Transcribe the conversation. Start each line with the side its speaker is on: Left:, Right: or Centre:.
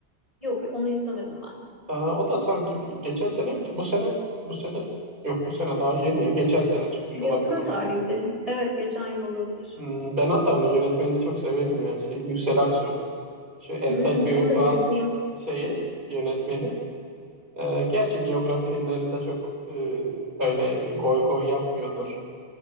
Left: Yok onu izlemedim ben.
Right: Aa, o da sanki bir- geçen sene bu sene bu sene yok bu sene daha yeni ya. Geçen sene çıkmış
Left: Yakın
Right: olabilir o
Left: tarihleri.
Right: film.
Left: Evet geçen yıl olabilir.
Right: Hmm, ben hatta onun yönetmenini çok severim yani. Şey, Yüksel Aksu. Şu Entelköy'ün
Left: Hmm, onu
Right: falan
Left: da izleyeyim.
Right: e, şeyi yönetmeni. Ee, gerçi biyografi filmlerinde çok e, öyle goy goy yapmıyordur.